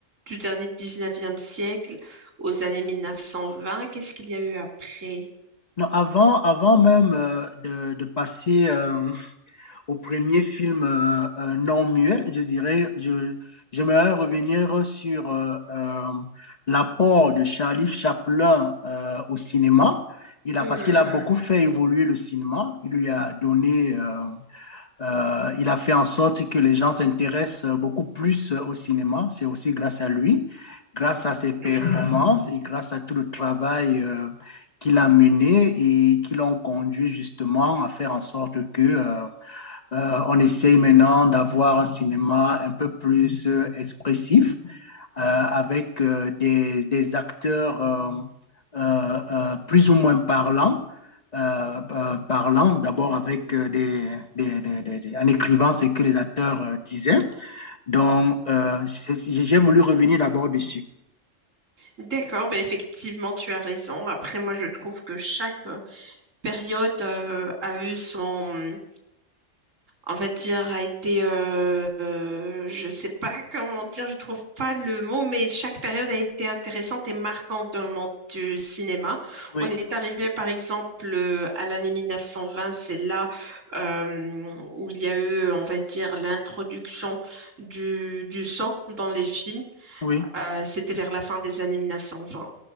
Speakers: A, on the right; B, on the left.
A: du dernier 19e siècle aux années 1920. Qu'est-ce qu'il y a eu après?
B: Non, avant, avant même euh, de, de passer euh, au premier film euh, euh, non muet, je dirais, je, j'aimerais revenir sur euh, euh, l'apport de Charlie Chaplin euh, au cinéma. Il a,
A: Mhm,
B: parce qu'il a beaucoup fait évoluer le cinéma. Il lui a donné, euh, euh, il a fait en sorte que les gens s'intéressent beaucoup plus au cinéma. C'est aussi grâce à lui, grâce à ses performances
A: oui,
B: et grâce à tout le travail euh, qu'il a mené et qui l'ont conduit justement à faire en sorte que euh, euh, on essaye maintenant d'avoir un cinéma un peu plus euh, expressif, euh, avec euh, des, des, acteurs euh, euh, euh, plus ou moins parlants. Euh, euh, parlants, d'abord avec euh, des, des, des, des, en écrivant ce que les acteurs euh, disaient. Donc, euh, j'ai voulu revenir d'abord dessus.
A: d'accord, ben effectivement, tu as raison. Après, moi, je trouve que chaque euh, période euh, a eu son, on va dire, a été, euh, euh, je sais pas comment dire, je trouve pas le mot, mais chaque période a été intéressante et marquante dans le monde du cinéma.
B: Oui,
A: On est arrivé, par exemple, euh, à l'année 1920, c'est là euh, où il y a eu, on va dire, l'introduction du, du sang dans les films.
B: oui,
A: Euh, c'était vers la fin des années 1920.